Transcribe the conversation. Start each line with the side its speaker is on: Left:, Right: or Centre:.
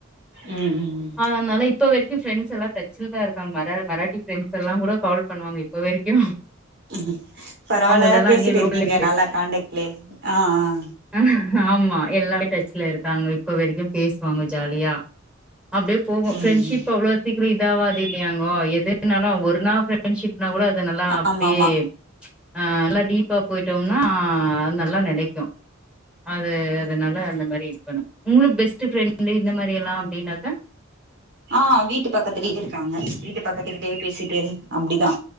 Right: ம் ம்
Centre: அதனால இப்ப வரைக்கு ஃப்ரெண்ட்ஸ் எல்லா டச்சுல்தா இருக்காங்க மரா மராட்டி ஃரெண்ட்ஸ் எல்லாங் கூட கால் பண்ணுவாங்க இப்போ வரைக்கு
Right: ம் பரவால்ல
Centre: அவங்கதெல்லா
Right: பேசிட்டு
Centre: அங்கேயே லோக்கல்ல
Right: இருக்கீங்க நல்லா காண்டெக்ட் லே ஆ ஆ ஆ
Centre: ஆ ஆமா எல்லார்மே டச்சுல இருக்காங்க இப்ப வரைக்கும் பேசுவாங்க ஜாலியா அப்டியே போகு ஃரெண்ட்ஷிப்
Right: ம்
Centre: அவ்ளோ சீக் குறே இதாவாது இல்லையாங்கோ எதுனாலு ஒரு நாள் ஃப்ரெண்ட்ஷிப்புக்கு எதனா கூட அது நல்லா அப்டியே
Right: ஆமா ஆமா
Centre: ஆ நல்லா டீப்பா போயிட்டோம்னா ஆ நல்லா நெலைக்கு அது அதனால அந்த மாரி இது பண்ணு உங்களுக்கு பெஸ்ட்டு ஃப்ரெண்டு இந்த மாரி எல்லா அப்டின்னாக்கா
Right: ஆ வீட்டு பக்கத்துலேயே இருக்காங்க வீட்டு பக்கத்துக்கிட்டயே பேசிட்டு அப்டிதா